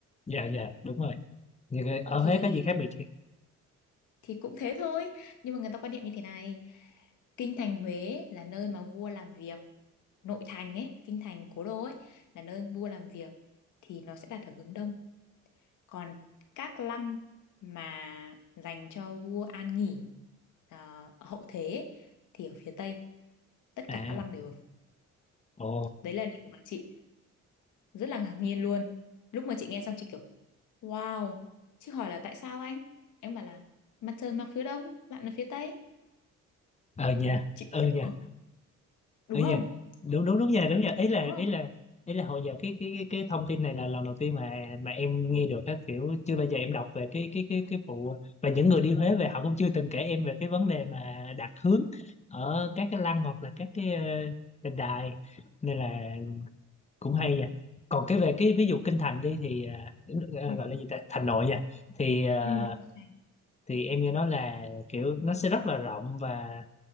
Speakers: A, on the left; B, on the left.
A: dạ dạ đúng rồi Như cái- ở
B: thì
A: Huế có gì khác biệt chị
B: thì cũng thế thôi nhưng mà người ta quan niệm như thế này kinh thành Huế là nơi mà vua làm việc nội thành ấy kinh thành cố đô ấy là nơi vua làm việc thì nó sẽ đặt ở hướng đông còn các lăng mà dành cho vua an nghỉ ờ, ở hậu thế ấy, thì ở phía tây tất
A: à
B: cả các lăng đều ở
A: ồ
B: đấy là điều mà chị rất là ngạc nhiên luôn lúc mà chị nghe xong chị kiểu wow chị hỏi là tại sao anh em bảo là mặt trời mọc phía đông bạn ở phía tây
A: ờ nha
B: chị
A: ừ
B: biết
A: nha
B: ừ. đúng
A: ừ dạ
B: không
A: đúng đúng đúng nha đúng nha ý là
B: đúng không
A: ý là ý là hồi giờ cái cái cái cái thông tin này là lần đầu tiên mà mà em nghe được á kiểu chưa bao giờ em đọc về cái cái cái cái vụ và những người đi Huế về họ cũng chưa từng kể em về cái vấn đề mà đặt hướng ở các cái lăng hoặc là các cái ờ, đền đài nên là cũng hay nha còn cái về cái ví
B: ừ.
A: dụ kinh thành đi thì ờ,
B: Ừ.
A: ờ, gọi là gì ta thành nội nha thì ờ,
B: Ừ. Đổi thành.
A: thì em nghe nói là kiểu nó sẽ rất là rộng và